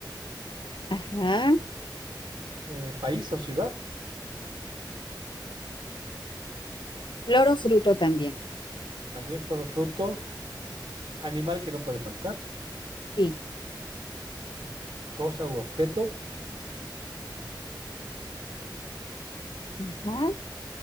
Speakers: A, on the left; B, on the right.
A: Ajá.
B: eh, país o ciudad?
A: Loro fruto también.
B: También flor o fruto, Animal que no puede faltar,
A: Sí.
B: cosa u objeto,
A: Ajá.